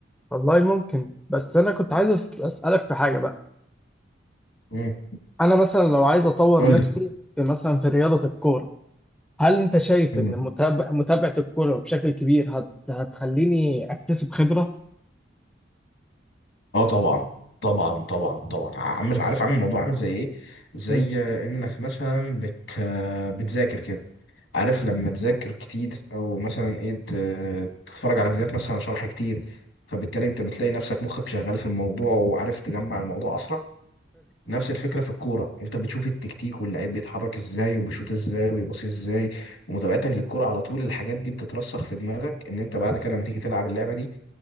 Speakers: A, in the centre; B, on the left.
A: والله ممكن بس انا كنت عايز أس- اسألك في حاجة بقى
B: مم.
A: انا مثلا لو عايز اطور
B: قول
A: نفسي في مثلا في رياضة الكورة هل انت شايف
B: لي
A: ان متابع- متابعة الكورة بشكل كبير هت- هتخليني اكتسب خبرة؟
B: اه طبعا طبعا طبعا طبعا عامل عارف عامل الموضوع عامل زي ايه زي
A: مم.
B: انك مثلا بت بتذاكر كده عارف لما تذاكر كتير او مثلا ايه ت- تتفرج على فيديوهات مثلا شرح كتير فبالتالي انت بتلاقي نفسك مخك شغال في الموضوع وعارف تجمع الموضوع اسرع نفس الفكره في الكوره انت بتشوف التكتيك واللعيب بيتحرك ازاي وبيشوط ازاي وبيباصي ازاي ومتابعتك للكوره على طول الحاجات دي بتترسخ في دماغك ان انت بعد كده لما تيجي تلعب اللعبه دي